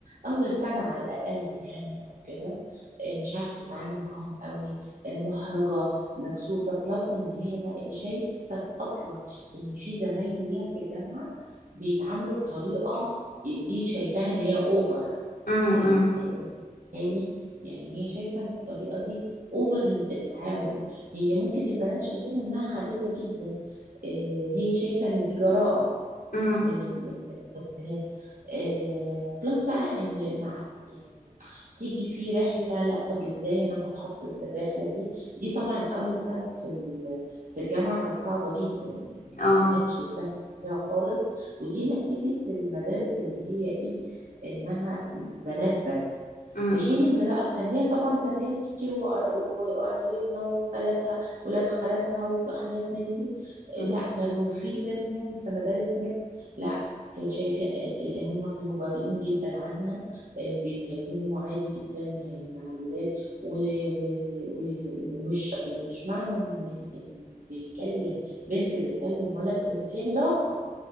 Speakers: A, on the right; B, on the left.
A: أول سنة على الأقل يعني أو كده إيه، مش عارفة تتعامل معاهم قوي إيه، محرجة مكسوفة بلس إن هي بقى إيه، شايفة أصلا إن في زمايل ليها في الجامعة بيتعاملوا بطريقة دي شايفاها إن هي أوفر
B: أمم،
A: يعني
B: أمم،
A: إيه، أنت يعني يعني هي شايفة إن الطريقة دي أوفر التعامل هي ممكن البنات شايفينها إنها عادية جدا إيه، هي شايفة إن دي جراءة
B: أمم،
A: من ال- من البنات آه بلس بقى ان مع يعني تيجي في رحله لا طب ازاي انا هتحط في الرحله دي دي طبعا اول سنه في ال- في الجامعه كانت صعبه جدا يعني
B: أه
A: ما كانتش سهله فيها خالص ودي نتيجه المدارس اللي هي ايه انها بنات بس
B: أمم،
A: في حين ان بقى كان ليها طبعا زمايل كتير وقر- وقرايبنا وخالاتها ولاد خالاتها وحاجات من دي
B: أمم.
A: لا كانوا في منهم في مدارس ميكس لا كان شايفة آه، آه، هم كانوا جريئين جدا عنها آه، بيتكلموا عادي جدا يعني مع الولاد و- و- و- ومش ومش معنى ان إن بيكلم بنت بتكلم ولد ان في علاقة